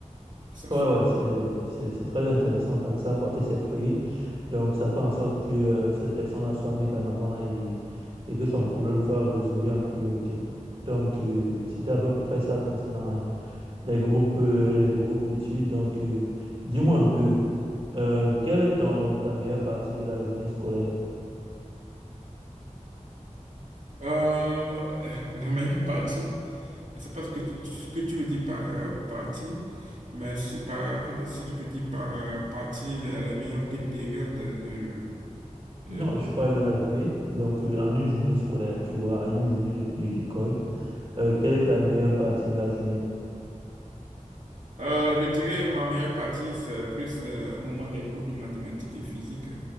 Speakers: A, on the right; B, on the right.
A: trouve ça
B: Ouais,
A: super.
B: ouais, c'est, c'est, c'est très intéressant parce que ça a porté ses fruits. Donc, ça fait en sorte que euh, cette personne-là soit mise en avant et, et que son problème soit résolu en priorité. Donc, euh, c'était à peu près ça concernant euh, les groupes, euh, les groupes d'études. Donc, euh, dis-moi un peu, euh, quelle est ton, ta meilleure partie de la journée scolaire?
A: Euh, la meilleure partie, je sais pas ce que tu, ce que tu veux dire par euh, partie, mais si, par contre, si tu peux dire par euh, partie, euh, la meilleure pé- période de, de,
B: Non, je parle de la journée. Donc, euh, en une journée scolaire, tu vois, en une journée de- de- d'école, euh, quelle est ta meilleure partie de la journée?
A: Euh, je dirais ma meilleure partie, c'est plus euh, au moment des cours de mathématiques et physique.